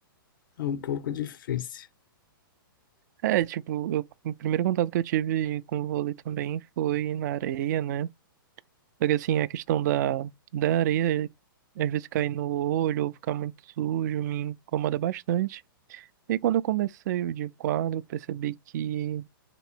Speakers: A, on the left (about 65°); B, on the right (about 50°).
A: é um pouco difícil.
B: É, tipo, eu, o primeiro contato que eu tive com o vôlei também foi na areia, né? Porque assim, a questão da, da areia, às vezes cair no olho ou ficar muito sujo, me incomoda bastante. E quando eu comecei o de quadro, eu percebi que